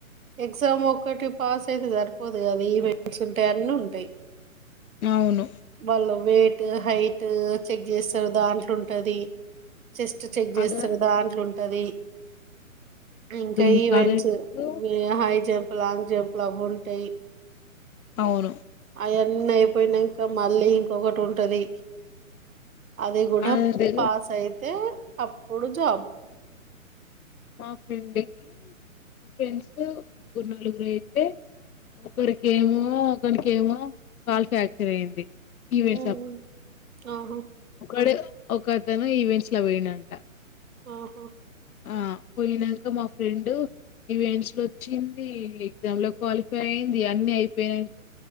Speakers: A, on the right; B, on the left.
A: ఎగ్జామ్ ఒక్కటి పాస్ అయితే సరిపోదు కదా ఈవెంట్స్ ఉంటాయి అన్నీ ఉంటాయి
B: అవును
A: వాళ్ళు వెయిట్ హైట్ చెక్ చేస్తారు దాంట్ల ఉంటది చెస్ట్ చెక్ చేస్తారు
B: అద
A: దాం తది
B: ఇప్పుడు
A: ఇంకా ఈవెంట్స్
B: అదెందుకు
A: హై జంప్ లాంగ్ జంప్లు అవి ఉంటాయి
B: అవును
A: అవన్నీ అయిపోయినాంక మళ్ళీ ఇంకొకటి ఉంటది అది కూడా
B: అదే
A: పాస్ అయితే అప్పుడు జాబు
B: మా ఫ్రెండ్ కి మా ఫ్రెండ్స్ ముగ్గురు నలుగురు అయితే ఒకరికేమో ఒకరికేమో కాల్ ఫ్రాక్చర్ అయింది ఈవెంట్స్
A: ఉమ్,
B: అప్పుడు
A: ఆహా
B: ఒక్కడు ఒకతను ఈవెంట్స్ లా పోయిండు అంట
A: ఆహా
B: ఆ పోయినంక మా ఫ్రెండ్ ఈవెంట్స్ లో వచ్చింది ఎగ్జామ్ లో క్వాలిఫై అయింది అన్ని అయిపోయానంక